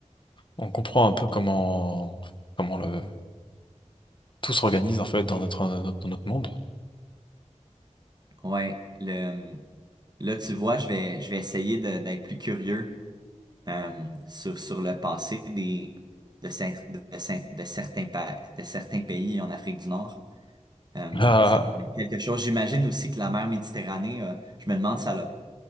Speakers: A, on the left; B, on the right.
A: On comprend un peu comment, comment le, tout s'organise en fait dans notre, dans notre monde.
B: Ouais, le, là, tu vois, je vais, je vais essayer de- d'être plus curieux euh, sur, sur le passé des, de, cer- de, cer- de certains, pa- de certains pays en Afrique du Nord. Euh,
A: Ah.
B: ça donnait quelque chose. J'imagine aussi que la mer Méditerranée, euh, je me demande ça l'a-